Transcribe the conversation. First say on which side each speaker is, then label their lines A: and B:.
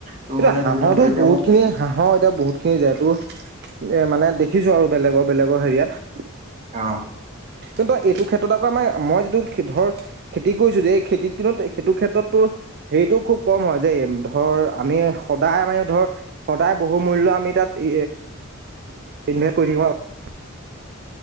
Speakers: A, on the right; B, on the right.
A: তোৰ
B: এতিয়া
A: মানে
B: হাঁহৰটো
A: ধৰি ল তোৰ এতিয়া
B: বহুত
A: মোক
B: খিনি হাঁহৰ এতিয়া বহুত খিনি যায় এইটো এ মানে দেখিছো আৰু বেলেগৰ বেলেগৰ হেৰিয়াত।
A: অ'।
B: কিন্তু এইটো ক্ষেত্ৰত আকৌ আমাৰ মই যিটো ধৰ খেতি কৰিছো যে খেতিত কিন্তু সেইটো ক্ষেত্ৰত তোৰ হেৰিটো খুব কম হয় যে ধৰ আমি সদায় আমি ধৰ সদায় বহু মূল্য আমি তাত ইনভেষ্ট কৰি থাকিব